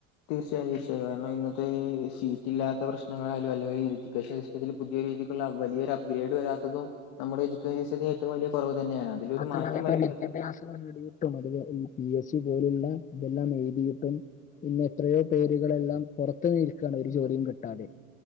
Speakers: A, on the left; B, on the left.
A: തീർച്ചയായും വിഷയമാ കാരണം ഇന്നത്തെ ഈ സീറ്റ് ഇല്ലാത്ത പ്രശ്നങ്ങളായാലും അല്ലെങ്കിൽ സ്പെഷൽ. ഇതിൽ പുതിയ രീതിക്കുള്ള വലിയൊ അപ്ഗ്രേഡ് വരാത്തതും. നമ്മടെഎഡ്യക്കേഷൻ്റെഏറ്റവും വലിയ കുറവ് തന്നെയാണ്. അതിലൊരു
B: മാത്രമല്ല
A: മാറ്റം
B: ഇപ്പഴത്തെ
A: വരേണ്ടത്
B: വിദ്യാഭ്യാസം. നേടിയിട്ടും അതവാ ഈ പി എസ് സി പോലുള്ള ഇതെല്ലാം എഴുതിയിട്ടും. പിന്നെ എത്രയോ പേരുകളെല്ലാം പുറത്ത് നിൽക്കാണ് ഒരു ജോലിയും കിട്ടാതെ.